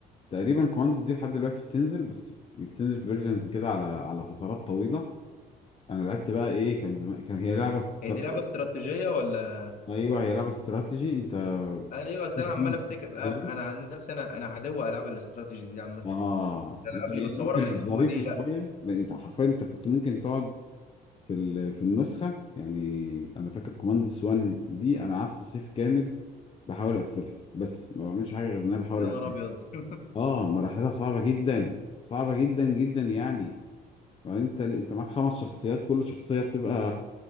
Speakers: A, on the left; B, on the left.
A: تقريبا كوماندوس دي لحد دلوقتي بتنزل بس بتنزل فيرجنز كده على على فترات طويله انا لعبت بقى ايه كان زمان كان هي لعبه استر...
B: هي دي لعبه استراتيجيه ولا
A: ايوه هي لعبه استراتيجي انت <laughs>
B: ايوه بس
A: في
B: انا
A: خمس
B: عمال افتكر
A: شخصيات.
B: آه، انا عن نفسي انا انا عدو العاب الاستراتيجي دي عامه
A: اه
B: الالعاب
A: لا، هي
B: اللي متصوره
A: ممكن
B: من فوق
A: ظريفه
B: دي لا
A: شويه لأن انت حرفيا انت كنت ممكن تقعد في ال... في النسخه يعني انا فاكر كوماندس 1 دي انا قعدت صيف كامل بحاول اقفلها بس ما بعملش حاجه غير ان انا بحاول
B: يا
A: اقفلها
B: نهار ابيض <laughs>
A: اه مراحلها صعبه جدا صعبه جدا جدا يعني وبعدين انت انت معاك خمس شخصيات كل شخصيه بتبقى